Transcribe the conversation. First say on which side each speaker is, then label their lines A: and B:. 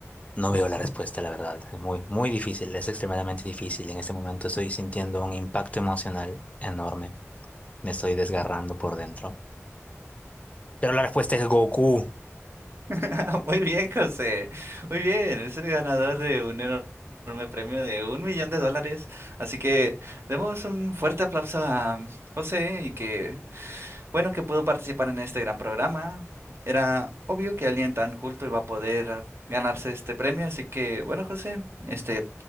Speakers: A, on the left; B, on the right.
A: no veo la respuesta, la verdad. Es muy, muy difícil, es extremadamente difícil. En este momento estoy sintiendo un impacto emocional enorme. Me estoy desgarrando por dentro. Pero la respuesta es Goku.
B: <laughs> Muy bien, José. Muy bien. Es el ganador de un enorme premio de un millón de dólares. Así que demos un fuerte aplauso a José y que Bueno, que pudo participar en este gran programa. Era obvio que alguien tan culto iba a poder eh, ganarse este premio, así que bueno, José, este